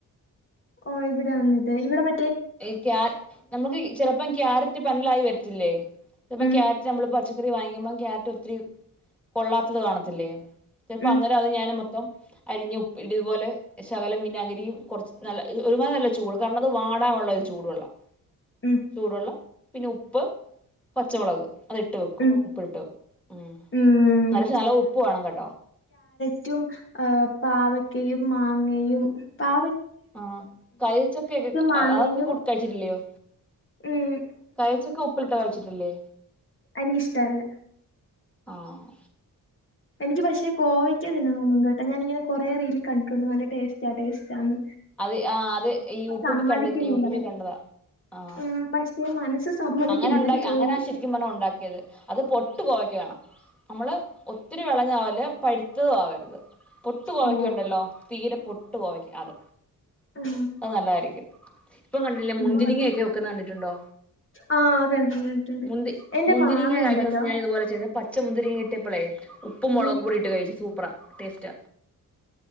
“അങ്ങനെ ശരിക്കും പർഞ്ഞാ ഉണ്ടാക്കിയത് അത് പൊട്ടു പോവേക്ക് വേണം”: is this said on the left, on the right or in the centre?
Centre